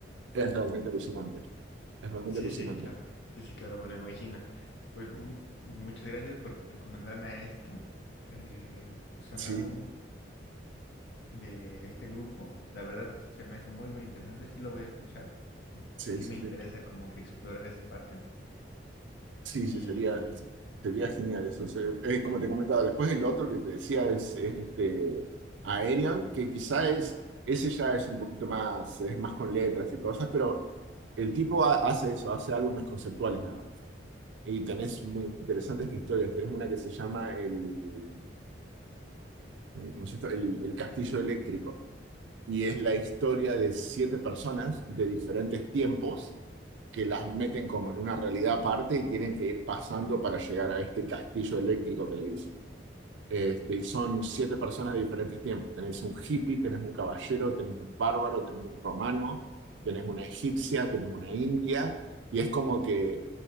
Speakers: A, on the right (about 85°); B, on the left (about 65°).
A: es realmente alucinante. Es realmente
B: Sí,
A: alucinante.
B: sí, claro. Sí, sí, claro, me lo imagino. Pues mu- muchas gracias por recomendarme a esta. Eh, son
A: Sí,
B: álbumes de este grupo. La verdad se me hace muy, muy interesante. Sí lo voy a escuchar. Mm,
A: sí,
B: Sí
A: sí,
B: me
A: sí.
B: interesa como que explorar esa parte.
A: Sí,
B: Y
A: sí, sería, sería genial eso. Se- eh, como te comentaba, después el otro que te decía es, es, este Aerion, que quizá es, ese ya es un poquito más, es más con letras y cosas, pero el tipo ha- hace eso, hace álbumes conceptuales nada más. Y tenés muy interesantes historias. Tenés una que se llama el, eh, ¿cómo se llama? El, el Castillo Eléctrico y es la historia de siete personas de diferentes tiempos que las meten como en una realidad aparte y tienen que ir pasando para llegar a este castillo eléctrico que le dicen. Este, y son siete personas de diferentes tiempos. Tenés un hippie, tenés un caballero, tenés un bárbaro, tenés un romano, tenés una egipcia, tenés una india, y es como que